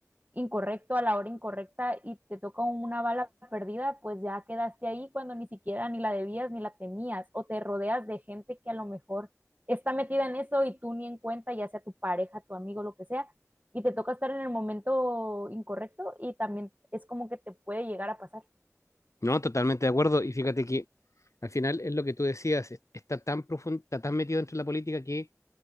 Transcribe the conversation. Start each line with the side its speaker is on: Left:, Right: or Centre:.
Right: incorrecto a la hora incorrecta y te toca una bala perdida, pues ya quedaste ahí cuando ni siquiera ni la debías ni la temías o te rodeas de gente que a lo mejor está metida en eso y tú ni en cuenta, ya sea tu pareja, tu amigo, lo que sea, y te toca estar en el momento incorrecto y también es como que te puede llegar a pasar.
Left: No, totalmente de acuerdo. Y fíjate que al final es lo que tú decías, está tan profundo, está tan metido dentro de la política que